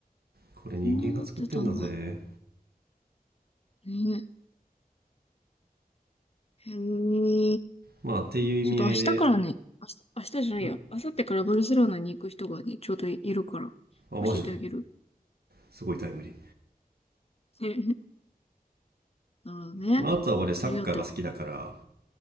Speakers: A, on the right; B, on the left.
A: これ人間が作ってんだぜ。
B: こんななってたんだ。ね。へえ。
A: まあ、っていう意味合いで、
B: ちょっと明日からね、明日、明日じゃないや、
A: ん
B: 明後日からバルセロナに行く人がね、ちょうどいるから、
A: あ、マジで
B: 教えてあげる。
A: すごいタイムリー。
B: え、<laughs> なるほどね。
A: まあ、あとは俺サッカーが好きだから、
B: ありがとう。